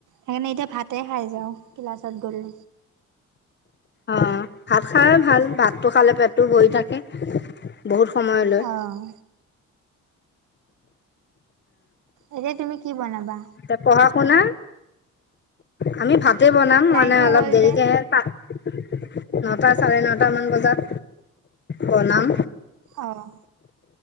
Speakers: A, on the right; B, on the left.
A: সেইকাৰণে এতিয়া ভাতে খাই যাওঁ ক্লাছত গ'লে
B: অ ভাত খাই ভাল ভাতটো খালে পেটটো ভৰি থাকে বহুত সময়লৈ
A: অ'। এতিয়া তুমি কি বনাবা?
B: এ পঢ়া-শুনা আমি ভাতে বনাম
A: লাইনটো
B: মানে অলপ
A: গ'ল
B: দেৰিকেহে
A: যে
B: খাম নটা চাৰে নটা মান বজাত বনাম
A: অ'।